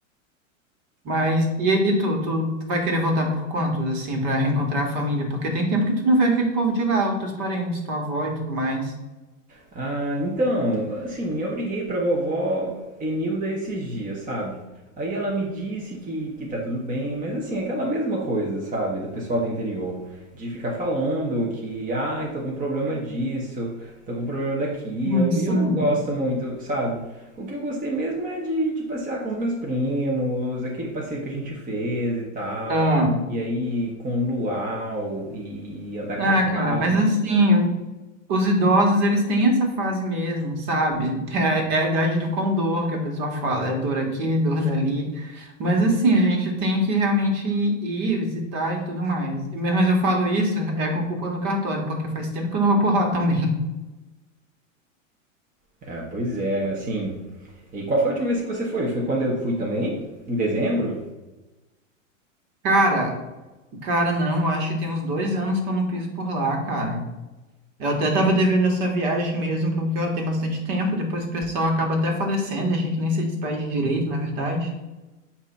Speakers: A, on the right; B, on the right.
A: Mas, e, e tu, tu, tu vai querer voltar por quantos, assim, pra reencontrar a família? Porque tem tempo que tu não vê aquele povo de lá, os teus parentes, tua avó e tudo mais.
B: Ah, então, assim, eu briguei pra vovó Enilda esses dias, sabe? Aí ela me disse que, que tá tudo bem, mas assim, é aquela mesma coisa, sabe? Do pessoal do interior. De ficar falando que, ai, tô com problema disso, tô com problema daquilo,
A: Hum, sim.
B: e eu não gosto muito, sabe? O que eu gostei mesmo é de, de passear com os meus primos, aquele passeio que a gente fez e tal.
A: Ah,
B: E aí, com luau e, e andar a cavalo.
A: ah, cara, mas assim, os idosos, eles têm essa fase mesmo, sabe? <laughs> É, é a idade do condor que a pessoa fala, é dor aqui, dor dali. Mas assim, a gente tem que realmente ir, ir visitar e tudo mais. E mesmo eu falo isso, é com culpa no cartório, porque faz tempo que eu não vou por lá também. <laughs>
B: É, pois é, assim. E qual foi a última vez que você foi? Foi quando eu fui também, em dezembro.
A: Cara, Cara, não, acho que tem uns dois anos que eu não piso por lá, cara. Eu até tava devendo essa viagem mesmo, porque ó, tem bastante tempo. Depois o pessoal acaba até falecendo e a gente nem se despede direito, na verdade.